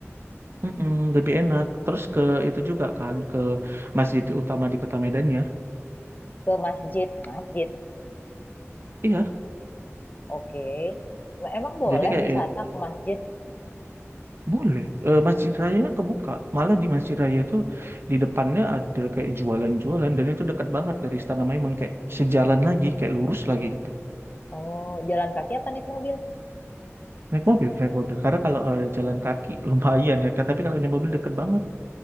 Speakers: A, on the right (about 50°); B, on the left (about 35°).
A: Mm-mm, lebih enak. Terus ke itu juga kan ke masjid utama di kota Medan ya.
B: ke masjid, masjid.
A: Iya.
B: Oke. Emang boleh
A: Jadi kayak
B: wisata ke masjid?
A: Boleh. Eh, Masjid Rayanya kebuka. Malah di Masjid Raya itu di depannya ada kayak jualan-jualan dan itu dekat banget dari Istana Maimun kayak sejalan lagi, kayak lurus lagi gitu.
B: Oh, jalan kaki apa naik mobil?
A: Naik mobil, naik mobil. Karena kalau eh, jalan kaki <laughs> lumayan ya, tapi kalau naik mobil deket banget.